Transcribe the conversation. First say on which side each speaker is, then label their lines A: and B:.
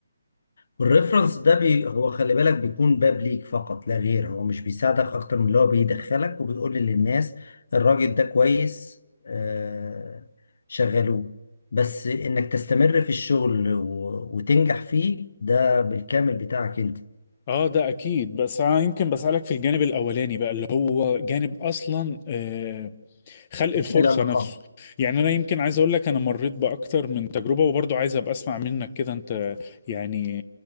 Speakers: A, on the left; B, on the left.
A: والريفرنس ده بي هو خلي بالك بيكون باب ليك فقط لا غير هو مش بيساعدك اكتر من اللي هو بيدخلك وبيقول للناس الراجل ده كويس آه شغلوه بس انك تستمر في الشغل و- وتنجح فيه ده بالكامل بتاعك انت
B: اه ده اكيد بس انا يمكن بسألك في الجانب الاولاني بقى اللي هو جانب اصلا آه، خلق الفرصة
A: العلاقات
B: نفسه يعني انا يمكن عايز اقول لك انا مريت باكتر من تجربة وبرضه عايز ابقى اسمع منك كده انت يعني